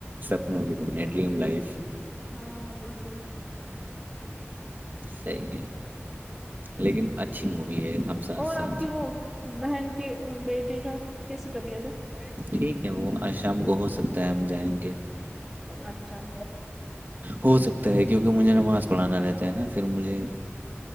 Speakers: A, on the right; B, in the centre.
A: سپنوں کی دنیا ڈریم لائف
B: ہاں بالکل
A: سی گ لیکن اچھی مووی ہے ہم ساتھ
B: اور
A: ساتھ
B: آپ کی وہ بہن کے بیٹی کا کیسی طبیعت ہے
A: ٹھیک ہے وہ آج شام کو ہو سکتا ہے ہم جائیں گے
B: اچھا
A: ہو سکتا
B: چلے
A: ہے کیونکہ مجھے نماز پڑھانا رہتا ہے نا پھر مجھے